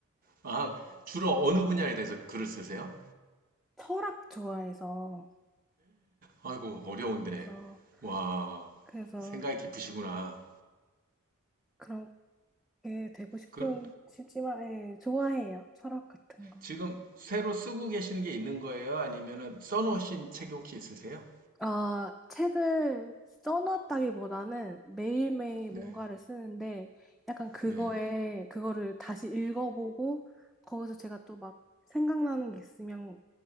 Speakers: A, on the right (about 40°); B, in the centre.
A: 아, 주로 어느 분야에 대해서 글을 쓰세요?
B: 철학 좋아해서
A: 아이고, 어려운데.
B: 그래서
A: 와,
B: 그래서
A: 생각이 깊으시구나.
B: 음, 그렇게 되고 싶은
A: 그,
B: 싶지만 예, 좋아해요. 철학 같은 거.
A: 지금 새로 쓰고 계시는 게 있는 거예요? 아니면은 써놓으신 책이 혹시 있으세요?
B: 아, 책을 써놨다기보다는 매일매일
A: 네.
B: 뭔가를 쓰는데 약간 그거에,
A: 네.
B: 그거를 다시 읽어보고 거기서 제가 또 막 생각나는 게 있으면